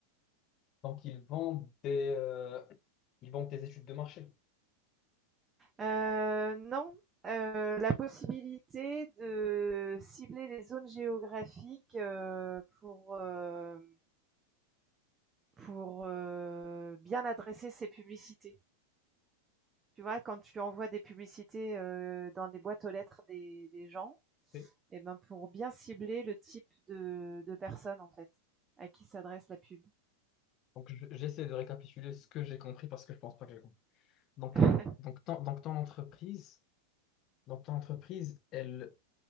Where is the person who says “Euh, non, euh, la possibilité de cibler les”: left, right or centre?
Right